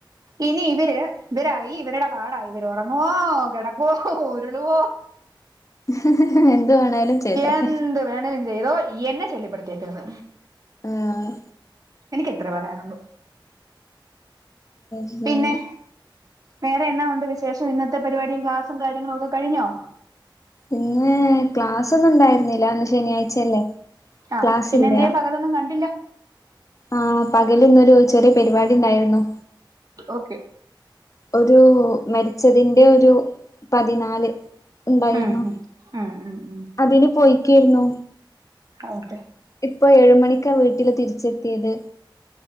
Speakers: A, on the right (about 45°); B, on the left (about 40°).
A: ഇനി ഇവര് ഇവരായി ഇവരുടെ പാടായി ഇവര് ഉറങ്ങുവോ കിടക്കുവോ ഉരുളുവോ
B: ഹ് ഹ് ഹ്എന്ത് വേണേലും ചെയ്തോട്ടെ
A: എന്ത് വേണലും ചെയ്തോ എന്നെ ശല്ല്യപ്പെടുത്തിയേക്കരുത്
B: ആഹ്
A: എനിക്ക് എത്ര പറയാനുള്ളൂ
B: ശരി
A: പിന്നെ വേറെ എന്നാ ഉണ്ട് വിശേഷം ഇന്നത്തെ പരിപാടിയും ക്ലാസും കാര്യങ്ങളും ഒക്കെ കഴിഞ്ഞോ
B: ഇന്ന് ക്ലാസ് ഒന്നും ഉണ്ടായിരുന്നില്ല ഇന്ന് ശനിയാഴ്ചയല്ലേ
A: ആ്
B: ക്ലാസ്സില്ല
A: പിന്നെ എന്തേ പകലൊന്നും കണ്ടില്ല
B: ആ പകല് ഇന്നൊരു ചെറിയ പരിപാടി ഇണ്ടായിരുന്നു
A: ഓക്കെ
B: ഒരു മരിച്ചതിന്റെ ഒരു പതിനാല് ഇണ്ടായിരുന്നു
A: ഉം ഉം ഉം ഉം ഉം
B: അതിന് പോയിക്കായിരുന്നു
A: ഓക്കെ
B: ഇപ്പോ ഏഴുമണിക്കാ വീട്ടില് തിരിച്ചെത്തിയത്